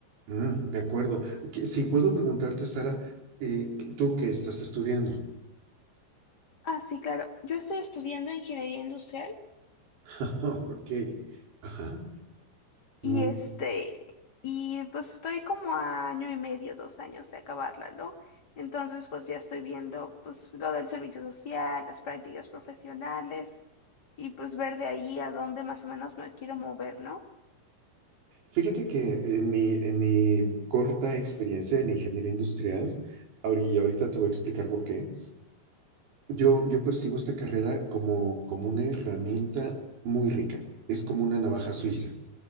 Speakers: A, on the right (about 75°); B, on the left (about 80°).
A: Mm, de acuerdo. Que- Si puedo preguntarte, Sara, eh, ¿tú qué estás estudiando?
B: Ah, sí, claro. Yo estoy estudiando ingeniería industrial
A: <laughs> Ok, ajá,
B: y
A: muy.
B: este, y pues estoy como a año y medio, dos años de acabarla, ¿no? Entonces, pues ya estoy viendo pues lo del servicio social, las prácticas profesionales y pues ver de ahí a dónde más o menos me quiero mover, ¿no?
A: Fíjate que en mi, en mi corta experiencia en ingeniería industrial, ahori- y ahorita te voy a explicar por qué, yo, yo percibo esta carrera como, como una herramienta muy rica. Es como una navaja suiza.